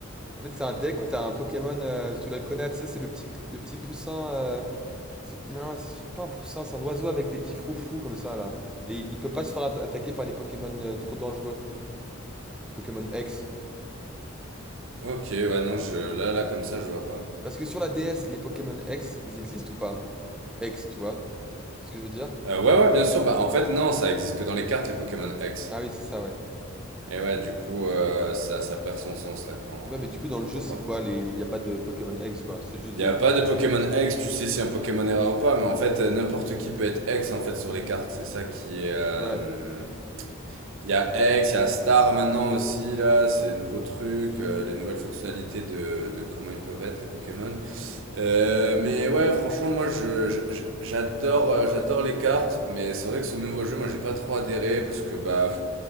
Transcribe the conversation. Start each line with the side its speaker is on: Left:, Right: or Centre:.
Centre: En fait, c'est un deck où t'as un Pokémon, euh, tu dois le connaître, ça c'est le petit, pou- le petit poussin. euh, C'est- Non, c'est pas un poussin, c'est un oiseau avec des petits froufrous comme ça là. Et il peut pas se faire atta- attaquer par les Pokémon euh, trop dangereux, Pokémon X.
Right: Ok, ouais, non, je, là, là, comme ça, je vois pas.
Centre: Parce que sur la DS, les Pokémon X, ils existent ou pas? X, tu vois? C'est ce que je veux dire?
Right: Euh, ouais, ouais, bien sûr. Bah, en fait, non, ça existe que dans les cartes, les Pokémon X.
Centre: Ah oui, c'est ça, ouais.
Right: Et ouais, du coup, euh, ça, ça perd son sens, là, quand,
Centre: Ouais, mais du coup, dans
Right: quand
Centre: le jeu,
Right: on
Centre: c'est
Right: parle
Centre: quoi?
Right: comme ça.
Centre: Les, les- y a pas de Pokémon X, quoi. C'est juste
Right: Il n'y
Centre: des.
Right: a pas de Pokémon X, tu sais si un Pokémon est rare ou pas, mais en fait, euh, n'importe qui peut être X, en fait, sur les cartes. C'est ça qui est, euh,
Centre: Ouais,
Right: Il y a X, il y a Star maintenant aussi, là, c'est les nouveaux trucs, euh, les nouvelles fonctionnalités de, de comment ils peuvent être, les Pokémon. Euh, mais ouais, franchement, moi, je, je- je- j'adore, euh, j'adore les cartes, mais c'est vrai que ce nouveau jeu, moi, j'ai pas trop adhéré parce que, bah, f-